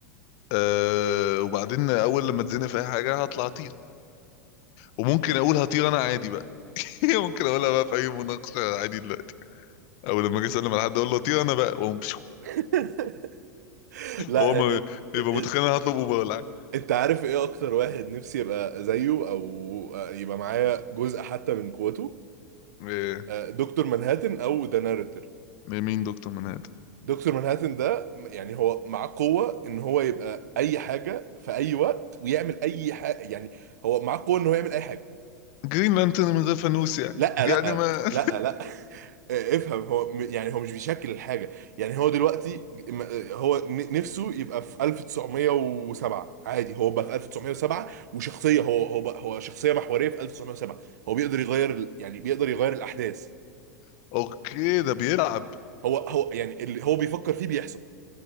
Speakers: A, on the left; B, on the right.
A: أه وبعدين اول لما اتزنق في اي حاجه هطلع اطير وممكن اقول هطير انا عادي بقى <laughs> ممكن اقولها بقى في اي مناقشه عادي دلوقتي او لما اجي اسلم على حد اقول له هطير انا بقى وأقوم بشو.
B: <laughs> لا
A: هو ما
B: آه،
A: يبقى
B: آه، آه،
A: متخيل انا هطلب اوبر ولا حاجه
B: انت عارف ايه اكتر واحد نفسي يبقى زيه او آه، يبقى معايا جزء حتى من قوته
A: إيه،
B: آه، دكتور منهاتن او ذا ناريتور
A: مين دكتور منهد
B: دكتور منهاتن ده م- يعني هو معاه قوة ان هو يبقى اي حاجة في اي وقت ويعمل اي حاجة يعني هو معاه قوة ان هو يعمل اي حاجة
A: جرين لانترن من غير فانوس يعني
B: لا
A: يعني
B: لا
A: ما
B: لا لا <laughs> افهم هو م- يعني هو مش بيشكل الحاجة يعني هو دلوقتي م- هو ن- نفسه يبقى في 1907 عادي هو بقى في 1907 وشخصية هو هو بقى هو شخصية محورية في 1907 هو بيقدر يغير ال- يعني بيقدر يغير الأحداث
A: <laughs> اوكي ده بيلعب
B: هو هو يعني اللي هو بيفكر فيه بيحصل